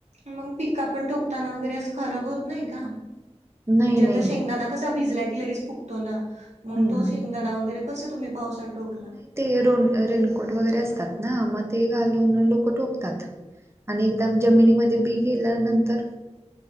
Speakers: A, on the right; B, on the right.
A: मग पिका आपण टोकताना वगैरे अस खराब होत नाही का म्हणजे
B: नाही नाही
A: आता
B: नाही
A: शेंगदाणा कसा भिजला की लगेच फुगतो ना, मग
B: हम्म
A: तो
B: हम्म
A: शेंगदाणा वगैरे कस तुम्ही पावसात टोकला?
B: नाही ते रो रेनकोट वगैरे असतात ना मग ते घालून लोक टोकतात. आणि एकदाम जमिनीमध्ये बी गेल्यानंतर